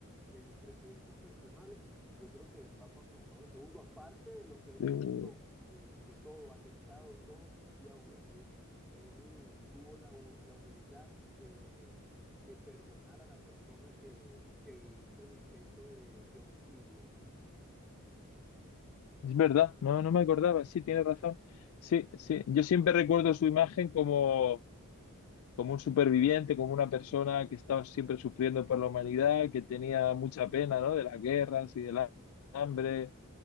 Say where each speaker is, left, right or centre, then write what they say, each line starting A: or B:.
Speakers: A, in the centre; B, on the left.
A: en mis preferencias personales, yo creo que el Papa Juan Pablo II, aparte de lo que él
B: Eh,
A: vivió, de, de todo, atentado y todo, y aún así, él tuvo la, hu- la humildad de, de perdonar a la persona que, que hizo el intento de, de homicidio.
B: Es verdad, no, no me acordaba, sí, tiene razón. Sí, sí, yo siempre recuerdo su imagen como, como un superviviente, como una persona que estaba siempre sufriendo por la humanidad, que tenía mucha pena, ¿no? De las guerras y del ha- hambre.